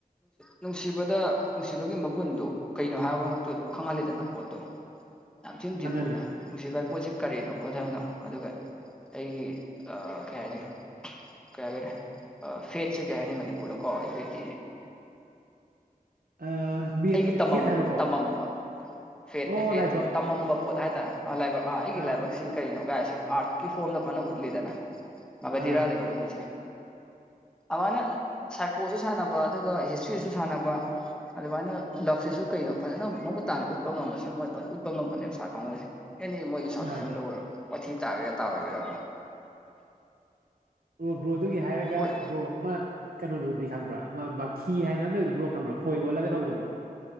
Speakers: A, in the centre; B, on the right (about 75°).
A: ꯅꯨꯡꯁꯤꯕꯗ ꯅꯨꯡꯁꯤꯕꯒꯤ ꯃꯒꯨꯟꯗꯨ ꯀꯩꯅꯣ ꯍꯥꯏꯕꯃꯛꯇꯨ ꯑꯗꯨꯝ ꯈꯪꯍꯜꯂꯤꯗꯅ ꯄꯣꯠꯇꯣ ꯌꯥꯝ ꯊꯤꯅ ꯗꯤꯞ
B: ꯈꯪꯍꯜꯂꯤ
A: ꯑꯣꯏꯅ ꯅꯨꯡꯁꯤꯚꯥꯏ ꯄꯣꯠꯁꯤ ꯀꯔꯤꯅꯣ ꯈꯣꯊꯃꯤꯅꯣ ꯑꯗꯨꯒ ꯑꯩꯒꯤ ꯀꯩ ꯍꯥꯏꯅꯤ ꯀꯩ ꯍꯥꯏꯒꯔꯦ ꯐꯦꯠꯁꯤ ꯀꯩ ꯍꯥꯏꯅꯤ ꯃꯅꯤꯄꯨꯔꯗ ꯀꯥꯎꯔꯦ ꯐꯦꯠꯇꯤ
B: ꯑꯥ ꯃꯤꯠ
A: ꯑꯩꯒꯤ ꯇꯃꯝ
B: ꯍꯦꯠ ꯍꯥꯏꯕꯀꯣ
A: ꯇꯃꯝꯕ ꯐꯦꯠ
B: ꯑꯣ
A: ꯑꯐ ꯑꯦ
B: ꯂꯥꯏꯕꯛ
A: ꯇꯤ ꯇꯃꯝꯕ ꯄꯣꯠ ꯍꯥꯏꯇꯥꯔꯦ ꯑꯥ ꯂꯥꯏꯕꯛ ꯑꯩꯒꯤ
B: ꯑꯥ
A: ꯂꯥꯏꯕꯛꯁꯤ ꯀꯩꯅꯣ ꯀꯥꯏꯁꯤ ꯑꯥꯔꯠꯀꯤ ꯐꯣꯝꯗ ꯐꯅ ꯎꯠꯂꯤꯗꯅ ꯃꯥꯘꯥꯙꯤꯔꯥꯗꯒ
B: ꯑꯥ
A: ꯎꯠꯂꯤꯁꯦ ꯑꯗꯨꯃꯥꯏꯅ ꯁꯥꯏꯀꯣꯁꯨ ꯁꯥꯟꯅꯕ ꯑꯗꯨꯒ ꯍꯤꯁꯇ꯭ꯔꯤꯁꯨ ꯁꯥꯟꯅꯕ ꯑꯗꯨꯃꯥꯏꯅ ꯂꯞꯁꯤꯁꯨ ꯀꯩꯅꯣ ꯐꯖꯅ ꯃꯃꯨꯠ ꯇꯥꯅ ꯎꯠꯄ ꯉꯝꯕꯁꯦ ꯃꯣꯏ ꯐꯖꯅ ꯎꯠꯄ ꯉꯝꯕꯅꯦꯕ ꯑꯦꯅꯤ ꯃꯣꯏꯒꯤ ꯁꯖꯁꯟ
B: ꯑꯥ
A: ꯂꯧ ꯑꯣꯏꯔꯣ ꯋꯥꯊꯤ ꯇꯥꯒꯦꯔꯥ ꯇꯥꯔꯣꯏꯒꯦꯔꯥꯗꯣ
B: ꯑꯣ ꯕ꯭ꯔꯣꯗꯨꯒꯤ ꯍꯥꯏꯔꯒ
A: ꯃꯣꯏ
B: ꯕ꯭ꯔꯣ ꯑꯃ ꯀꯩꯅꯣꯗꯨꯗꯤ ꯈꯪꯕ꯭ꯔꯥ ꯑꯃ ꯃꯥꯈꯤ ꯍꯥꯏꯅ ꯑꯃ ꯂꯩꯕꯗꯨ ꯕ꯭ꯔꯣ ꯈꯪꯕ꯭ꯔꯥ ꯈꯣꯏ ꯑꯣꯜꯂꯒ ꯇꯧꯕꯗꯣ